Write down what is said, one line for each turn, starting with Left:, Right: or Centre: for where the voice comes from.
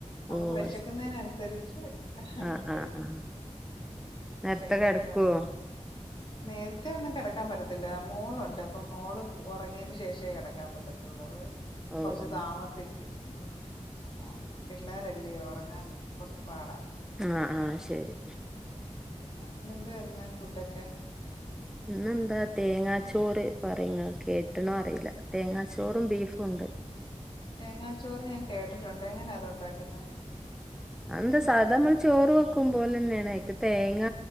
Left: നമുക്ക്
Centre: ഓ
Left: വെശക്കുന്നതിന്
Centre: ശരി
Left: അനുസരിച്ച്.. ഹ..
Centre: ആ
Left: കഴിക്കും.
Centre: ആ ആ നേരത്തെ
Left: പിന്നെ
Centre: കിടക്കുവോ
Left: എന്തുവാണ്? നേരത്തെ ഒന്നും കെടക്കാൻ പറ്റത്തില്ല. മോളുണ്ട്. അപ്പൊ മോള് ഒറങ്ങിയന് ശേഷേ കെടക്കാൻ പറ്റത്തോള്
Centre: ഓ
Left: കൊറച്ച്
Centre: ഓ
Left: താമസിക്കും. ഉം.. ആ.. ല്ലാരല്ലേ ഉറങ്ങാൻ കുറച്ചു പാട
Centre: ആ.. ആ.. ശരി.
Left: ന്ന് എന്ത് വാരുന്ന് ഫുഡൊക്കെ?
Centre: ഇന്നെന്താ തേങ്ങാച്ചോറ് പറയിംഇങ്ങൾ കേട്ട്ണൊ അറിയില തേങ്ങാച്ചോറും ബീഫും ണ്ട്.
Left: തേങ്ങാച്ചോറ് ഞാൻ കേട്ടിട്ടുണ്ട്. എങ്ങനാ അത് ഉണ്ടാക്കുന്നേ
Centre: അന്ത സാദാ മ്മൾ ചോറ് വെക്ക് ക്കും പോലെ ന്നെയാണ്. ക്ക് തേങ്ങ